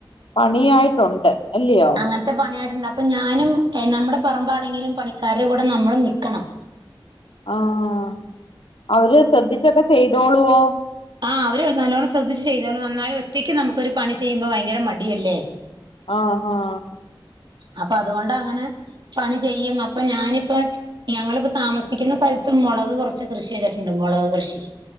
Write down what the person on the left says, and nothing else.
പണിയായിട്ടുണ്ട് അല്ലയോ
ആഹ് അവര് ശ്രദ്ധിച്ചൊക്കെ ചെയ്തോളുവോ
ആഹ് ആഹ്